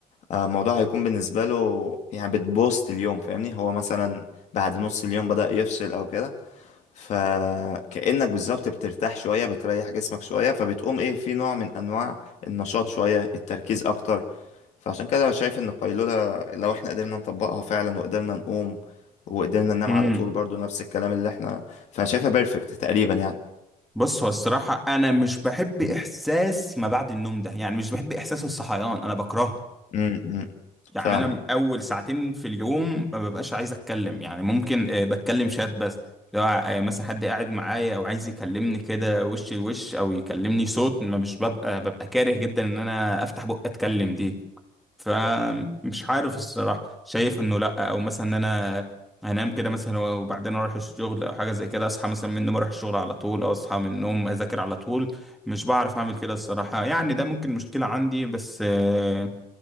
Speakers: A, on the left; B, in the centre.
A: آه الموضوع هيكون بالنسبة له يعني بتبوست اليوم فاهمني هو مثلا بعد نص اليوم بدأ يفصل أو كده فكأنك بالظبط بترتاح شوية بتريح جسمك شوية فبتقوم ايه في نوع من انواع النشاط شوية التركيز اكتر فعشان كده أنا شايف ان القيلولة لو احنا قدرنا نطبقها فعلا وقدرنا نقوم وقدرنا ننام
B: امم
A: على طول برضو نفس الكلام اللي احنا فشايفها بيرفكت تقريبا يعني
B: بص هو الصراحة انا مش بحب احساس ما بعد النوم ده يعني مش بحب احساس الصحيان انا بكرهه
A: امم
B: يعني
A: فاهمة
B: انا اول ساعتين في اليوم ما ببقاش عايز اتكلم يعني ممكن آه، بتكلم شات بس لو آه، مثلا حد قاعد معايا او عايز يكلمني كده وش لوش او يكلمني صوت ما مش ببقى ببقى كاره جدا ان انا افتح بق اتكلم دي فمش عارف الصراحة شايف انه لا او مثلا ان انا هنام كده مثلا وبعدين اروح الشغل او حاجة زي كده اصحى مثلا من النوم اروح الشغل على طول او اصحى من النوم اذاكر على طول مش بعرف اعمل كده الصراحة يعني ده ممكن مشكلة عندي بس آه،